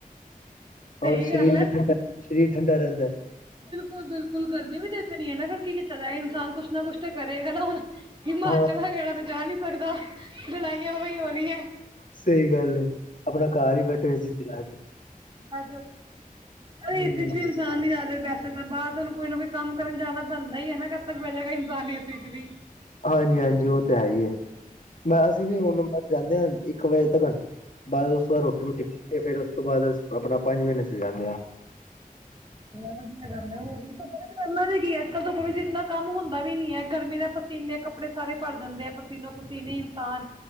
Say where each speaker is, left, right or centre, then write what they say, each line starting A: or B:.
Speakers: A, on the right (about 35°); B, on the left (about 65°).
A: ਸਹੀ
B: ਔਰ ਸਰੀਰ
A: ਗੱਲ ਐ
B: ਵੀ ਠੰਡਾ ਸਰੀਰ ਠੰਡਾ ਰਹਿੰਦਾ
A: ਬਿਲਕੁਲ ਬਿਲਕੁਲ ਗਰਮੀ ਵੀ ਤੇ ਇਤਨੀ ਹੈ ਨਾ ਫਿਰ ਕੀ ਕੀਤਾ ਜਾ ਇਨਸਾਨ ਕੁਛ ਨਾ ਕੁਛ ਤੇ ਕਰੇਗਾ ਨਾ ਹੁਣ ਹਿਮਾਚਲ
B: ਹਾਂ
A: ਹਰਿਆਣਾ ਤੇ ਜਾ ਨਹੀਂ ਸਕਦਾ ਲੜਾਈਆਂ ਹੋ ਰਹੀਆਂ
B: ਸਹੀ ਗੱਲ ਹੈ ਆਪਣਾ ਘਰ ਹੀ ਬੈਠੇ ਹੋਏ ਏ ਸੀ ਚਲਾ ਕੇ
A: ਅ
B: ਹੂੰ।
A: ਇਸ ਵਿਚ ਵੀ ਇਨਸਾਨ। ਵੈਸੇ ਤਾਂ ਬਾਹਰ ਤੁਹਾਨੂੰ ਕੋਈ ਨਾ ਕੋਈ ਕੰਮ ਕਰਨ ਜਾਣਾ ਪੈਂਦਾ ਹੀ ਹੈ ਨਾ ਕਦ ਤੱਕ ਬੈਠੇਗਾ ਇਨਸਾਨ ਵੀ
B: ਹਾਂਜੀ, ਹਾਂਜੀ ਉਹ ਤਾਂ ਹੈ ਹੀ ਹੈ ਮੈਂ ਅਸੀਂ ਵੀ ਹੁਣ ਜਾਂਦੇ ਹਾਂ ਇੱਕ ਵਜੇ ਤੱਕਰ। ਬਾਅਦ ਉਸ ਤੋਂ ਬਾਅਦ ਰੋਟੀ ਰੁਟੀ ਖਾ ਕੇ ਫਿਰ ਉਸ ਤੋਂ ਬਾਅਦ ਆਪਣਾ ਪੰਜ ਵਜੇ ਤਕ ਚਲੇ ਜਾਂਦੇ ਆ।
A: ਵਧੀਆ ਗੱਲ ਹੈ ਹੋਰ ਕੀ ਧੁੱਪ ਵਿੱਚ ਕਰਨਾ ਵੀ ਕੀ ਹੈ ਕੀ ਅੱਜ ਕੱਲ ਧੁੱਪ ਵਿੱਚ ਇਨਾ। ਕੰਮ ਹੁੰਦਾ ਵੀ ਨੀ ਹੈ ਗਰਮੀ ਨਾਲ ਪਸੀਨੇ ਕੱਪੜੇ ਸਾਰੇ ਭਰ ਜਾਂਦੇ ਆ ਪਸੀਨੋ ਪਸੀਨੀ ਇਨਸਾਨ